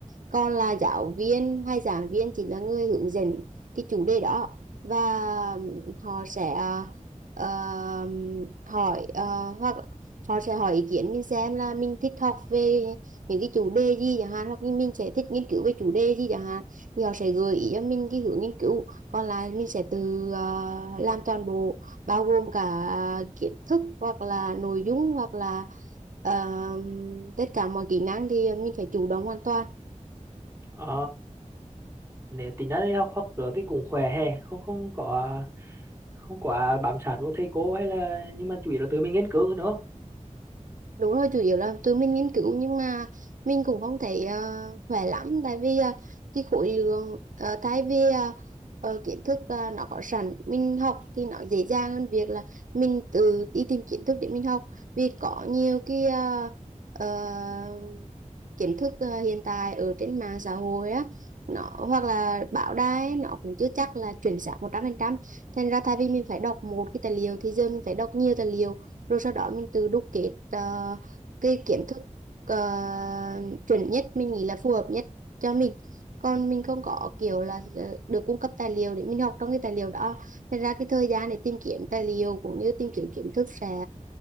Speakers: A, on the right (about 80°); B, on the right (about 20°).
A: còn là giáo viên hay giảng viên chỉ là người hướng dẫn cái chủ đề đó và họ sẽ ờ, hỏi ờ, hoặc họ sẽ hỏi ý kiến mình xem là mình thích học về những cái chủ đề gì chẳng hạn hoặc như mình sẽ thích nghiên cứu về chủ đề gì chẳng hạn thì họ sẽ gợi ý cho mình cái hướng nghiên cứu còn lại mình sẽ tự ờ, làm toàn bộ bao gồm cả kiến thức hoặc là nội dung hoặc là ờ, tất cả mọi kỹ năng thì mình phải chủ động hoàn toàn
B: Ờ, nếu tính ra đây học học nữa thì cũng khỏe hè, không không có không quá bám sát vô thầy cô hay là nhưng mà chủ yếu là tự mình nghiên cứu nữa.
A: Đúng rồi, chủ yếu là tụi mình nghiên cứu nhưng mà mình cũng không thấy ờ, khỏe lắm tại vì ờ, cái khối lượng ờ, thay vì ờ, ờ, kiến thức ờ, nó có sẵn mình học thì nó dễ dàng hơn việc là mình tự đi tìm kiến thức để mình học vì có nhiều cái uh, kiến thức ờ, hiện tại ở trên mạng xã hội á nó hoặc là báo đài nó cũng chưa chắc là chuẩn xác một trăm. phần trăm, thành ra thay vì mình phải đọc một cái tài liệu thì giờ mình phải đọc nhiều tài liệu rồi sau đó mình tự đúc kết ờ, cái kiến thức ờ, chuẩn nhất mình nghĩ là phù hợp nhất cho mình còn mình không có kiểu là ờ, được cung cấp tài liệu để mình học trong cái tài liệu đó thành ra cái thời gian để tìm kiếm tài liệu cũng như tìm kiếm kiến thức sẽ